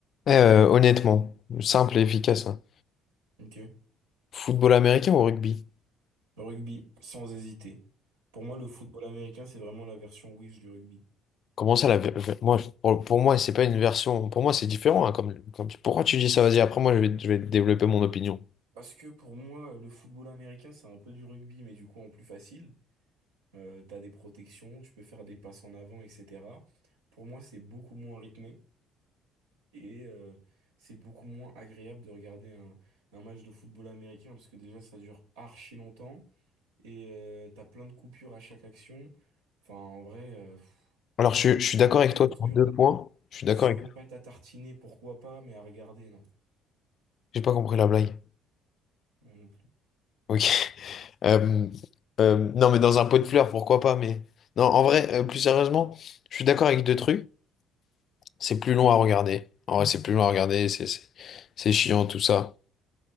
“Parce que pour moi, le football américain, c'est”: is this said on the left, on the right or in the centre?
Right